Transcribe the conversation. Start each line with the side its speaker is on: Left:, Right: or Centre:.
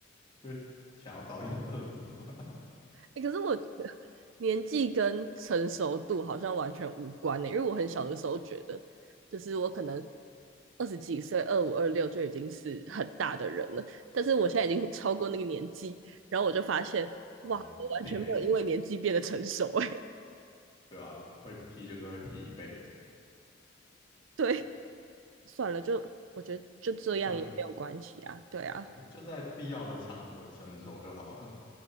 Left: 就会想要找点乐子嘛，
Right: 欸可是我觉得年纪跟成熟度好像完全无关呢、欸因为我很小的时候觉得，就是我可能二十几岁、二五、二六就已经是很大的人了，但是我现在已经超过那个年纪，然后我就发现，
Left: <laughs>
Right: 哇，
Left: 哦，
Right: 我完全没有因为年纪变得成熟哎、
Left: 并没有，
Right: 欸
Left: 对吧、会 P 就是会 P 一辈子，
Right: <laughs> 对，算了，就我觉得就这样也没有关系啊，
Left: 就
Right: 对啊，
Left: 反正就在必要的场合成熟就好了。